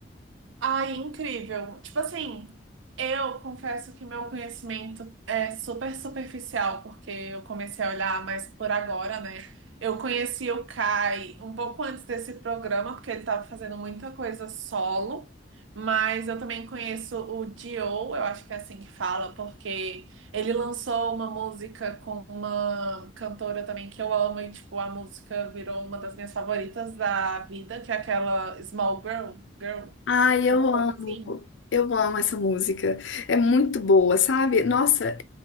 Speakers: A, on the right; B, on the left.
A: Ai, incrível. Tipo assim, eu confesso que meu conhecimento é super superficial, porque eu comecei a olhar mais por agora, né? Eu conheci o Kai um pouco antes desse programa, porque ele estava fazendo muita coisa solo, mas eu também conheço o Dio, eu acho que é assim que fala, porque ele lançou uma música com uma cantora também que eu amo, e tipo, a música virou uma das minhas favoritas da vida, que é aquela Small Girl, Girl.
B: Ai, eu
A: Alguma
B: amo.
A: coisa assim?
B: Eu amo essa música. É muito boa, sabe? Nossa,